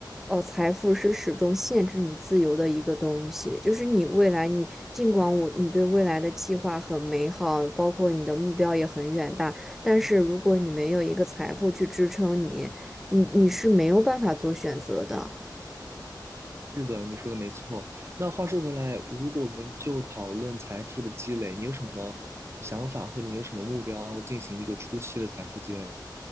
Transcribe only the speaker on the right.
是的，你说的没错。那话说回来，如果我们就讨论财富的积累，你有什么想法，或者你有什么目标进行一个初期的财富积累？